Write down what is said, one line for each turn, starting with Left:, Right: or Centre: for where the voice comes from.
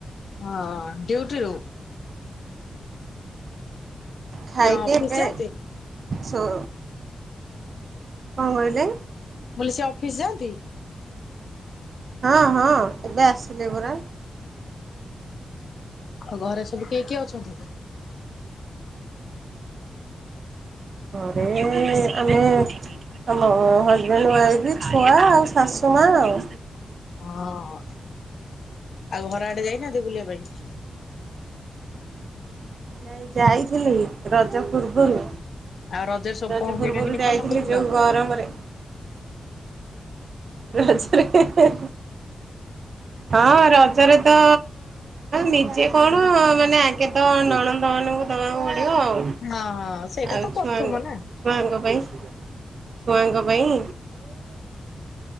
Left: ହଁ ଡ୍ୟୁଟିରୁୁ
Right: ଖାଇକି
Left: ସେ ଅଫିସ
Right: ଏବେ
Left: ଯାଆନ୍ତି?
Right: ଶୋ କଣ କହିଲେ?
Left: ମୁଁ କହିଲି ସେ ଅଫିସ ଯାଆନ୍ତି?
Right: ହଁ ହଁ, ଏବେ ଆସିଲେ ପରା।
Left: ଆଉ ଘରେ ସବୁ କିଏ କିଏ ଅଛନ୍ତି? <inaudible>
Right: ଘରେ ଆମେ ଆମ ହଜବେଣ୍ଡ ୱାଇଫ୍ ଛୁଆ ଆଉ ଶାଶୁମା ଆଉ।
Left: ହଁ ହ ଆଉ ଘର ଆଡେ ଯାଇନାହାନ୍ତି ବୁଲିବା ପାଇଁ?
Right: ନାଇଁ ଯାଇଥିଲି ରଜ ପୂର୍ବରୁ।
Left: ଆଉ ରଜରେ ସବୁ
Right: ରଜ
Left: କଣ
Right: ପୂର୍ବରୁ
Left: କିଣା କିିଣି
Right: ଯାଇଥିଲି
Left: କଲ ବୁଲିଲ?
Right: ଯୋଉ ଗରମରେ ରଜରେ ହଁ ରଜରେ ତ ନିଜେ କଣ ମାନେ ଆଗେ ତ ନଣ ନହେଲେ ମୁଁ ଦବାକୁ ପଡ଼ିବ ଆଉ।
Left: ହଁ ହଁ। ସେଇଟା
Right: ଆଉ
Left: ତ ପ୍ରଥମ
Right: ଛୁଆଙ୍କ
Left: ନା
Right: ଛୁଆଙ୍କ ପାଇଁ ଛୁଆଙ୍କ ପାଇଁ